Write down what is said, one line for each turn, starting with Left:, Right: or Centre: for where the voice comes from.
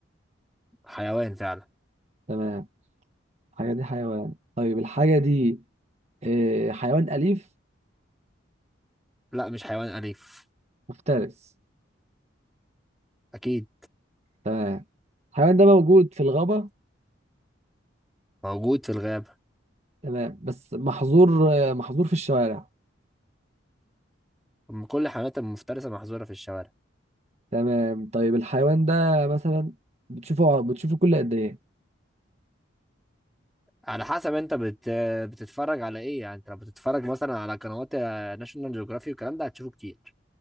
Centre: حيوان فعلا
Right: تمام الحاجة دي حيوان طيب الحاجة دي اه، حيوان أليف
Centre: لا مش حيوان اليف
Right: مفترس
Centre: اكيد
Right: تمام الحيوان ده موجود في الغابة
Centre: موجود في الغابه
Right: تمام بس محظور آه، محظور في الشوارع
Centre: أم كل الحيوانات المفترسه محظوره في الشوارع
Right: تمام طيب الحيوان ده مثلا بتشوفه بتشوفه كل قد ايه
Centre: على حسب انت بت... بتتفرج على ايه يعني انت لو بتتفرج مثلا على قنوات ناشونال جيوغرافي والكلام ده هتشوفه كتير